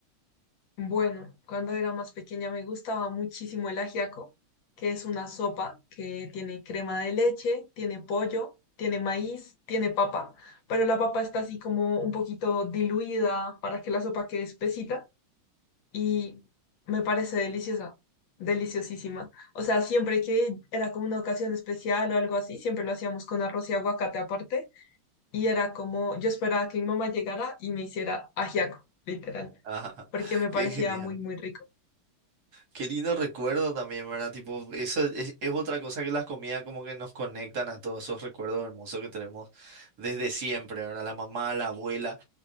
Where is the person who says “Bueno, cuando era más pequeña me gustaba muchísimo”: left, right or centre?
Left